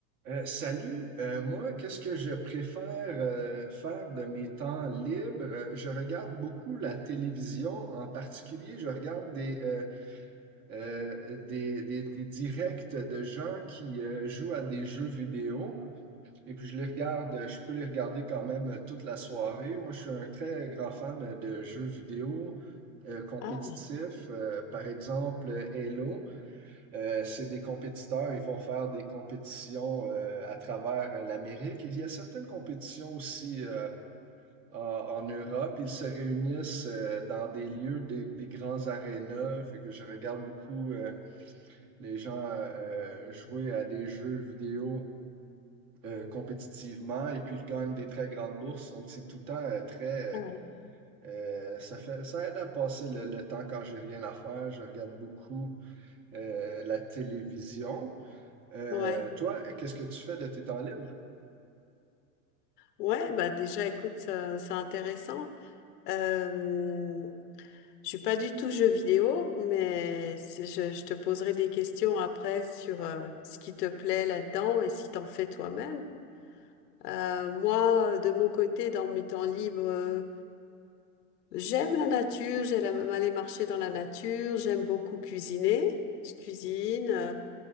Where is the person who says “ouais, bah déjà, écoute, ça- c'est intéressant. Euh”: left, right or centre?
Left